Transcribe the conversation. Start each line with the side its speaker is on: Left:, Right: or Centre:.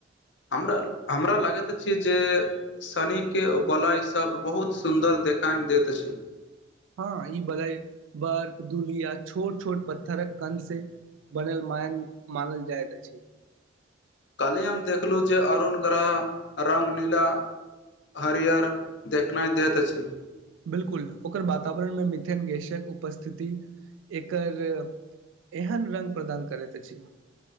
Left: हमरा हमरा लागैत अछि जे शनिके वलयसभ बहुत सुन्दर देखाय दैत अछि
Right: हँ ई बलै बर्फ दुूली या छोट छोट पत्थरक कन से बनल मायन मानल जाइत अछि
Left: काल्हि हम देखलहुँ जे अरुण ग्रह रंग नीला हरिअर देखनाइ दैत अछि
Right: बिलकुल ओकर वातावरणमे मिथिलेन गसक उपस्थिति एकर एहन रंग प्रदान करैत अछि